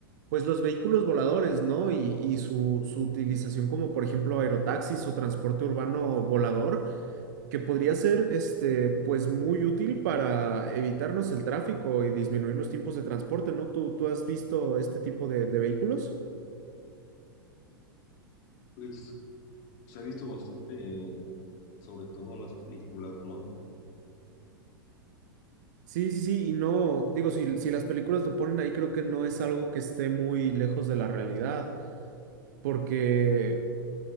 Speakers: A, on the right; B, on the left.
A: pues los vehículos voladores, ¿no? Y, y su, su utilización como por ejemplo aerotaxis o transporte urbano volador, que podría ser este, pues muy útil para evitarnos el tráfico y disminuir los tiempos de transporte, ¿no? ¿Tú, tú has visto este tipo de, de vehículos?
B: Pues se ha visto bastante, eh, sobre todo en las películas, ¿no?
A: Sí, sí, sí, y no, digo, si, si las películas lo ponen ahí, creo que no es algo que esté muy lejos de la realidad, porque,